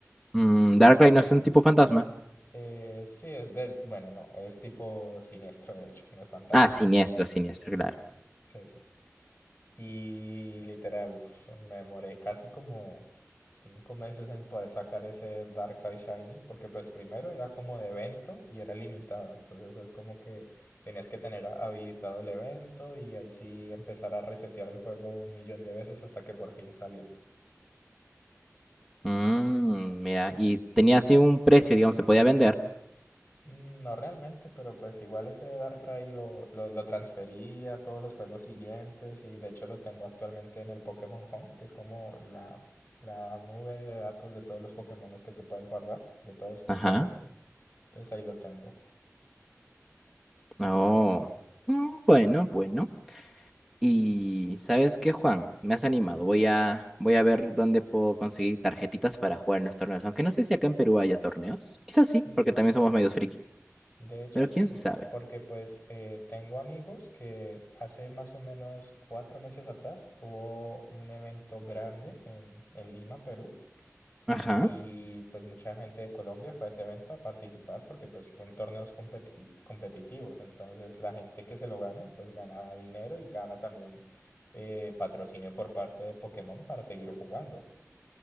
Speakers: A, in the centre; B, on the left (about 30°).
A: Mm, Darkrai no es un tipo fantasma.
B: Eh, sí, es de. Bueno, no, es tipo siniestro, de hecho, no es fantasma.
A: Ah, siniestro,
B: <laughs>
A: siniestro, claro.
B: Sí, sí. Y literal, uf, me demoré casi como cinco meses en poder sacar ese Darkrai Shiny, porque pues primero era como de evento y era limitado, entonces es como que tenías que tener a- habilitado el evento y ahí sí empezar a resetear el juego un millón de veces hasta que por fin salió.
A: Mm, mira, y tenía así un precio, digamos, se podía vender.
B: Mm, No realmente, pero pues igual ese Darkrai lo, lo, lo transferí a todos los juegos siguientes y de hecho lo tengo actualmente en el Pokémon Home, que es como la, la nube de datos de todos los Pokémones que tú puedes guardar, de todos tus
A: Ajá.
B: juegos. Entonces ahí lo tengo.
A: Oh. Mm, bueno, bueno. Y ¿sabes qué, Juan? Me has animado. Voy a, voy a ver dónde puedo conseguir tarjetitas para jugar en los torneos. Aunque no sé si acá en Perú haya torneos. Quizás sí,
B: Mm,
A: porque también somos medios frikis.
B: De hecho
A: Pero
B: sí,
A: quién sabe.
B: porque pues eh, tengo amigos que hace más o menos cuatro meses atrás hubo un evento grande en en Lima, Perú
A: Ajá.
B: Y pues mucha gente de Colombia fue a ese evento a participar porque pues son torneos competi- competitivos. Entonces la gente que se lo gane pues gana dinero y gana también eh, patrocinio por parte de Pokémon para seguir jugando.